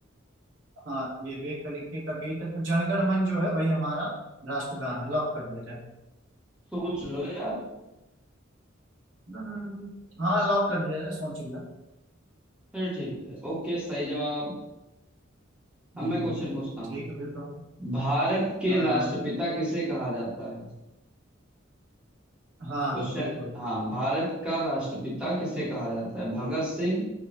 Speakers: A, on the right; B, in the centre.
A: हाँ ये भी एक तरीके का गीत है तो जनगण मन जो है वही हमारा राष्ट्रगान है लॉक कर दिया जाए
B: सोच लो यार
A: हम्म, हाँ लॉक कर दिया जाए सोच लिया
B: फिर ठीक है ओके सही जवाब
A: हम्म,
B: अब मैं क्वेश्चन पूछता हूँ
A: ठीक है फिर तो
B: भारत के
A: आ,
B: राष्ट्रपिता किसे कहा जाता है
A: हाँ
B: क्वेश्चन
A: बिल्कुल
B: हाँ भारत का राष्ट्रपिता किसे कहा जाता है भगत सिंह